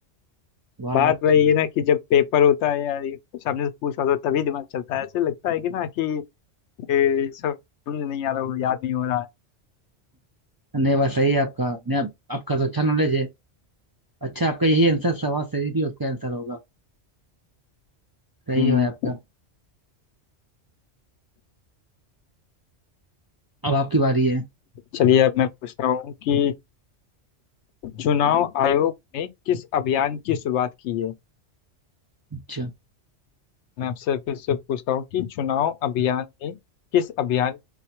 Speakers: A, on the right (about 35°); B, on the left (about 85°).
A: वाह
B: बात
A: भाई आप
B: वही
A: तो
B: है ना कि जब पेपर होता है या ये कुछ सामने से पूछ रहा होता है तभी दिमाग चलता है ऐसे लगता है कि ना कि ए, समझ नहीं आ रहा हो याद नहीं हो रहा है
A: <laughs> नहीं वाह सही है आपका नहीं आप, आपका तो अच्छा नॉलेज है अच्छा आपका यही आंसर शहबाज शरीफ ही उसका आंसर होगा सही
B: हम्म
A: है भाई आपका अब आपकी बारी है
B: चलिए अब मैं पूछता हूँ कि चुनाव आयोग ने किस अभियान की शुरुआत की है
A: अच्छा
B: मैं आपसे फिर से पूछता हूँ कि चुनाव अभियान ने किस अभियान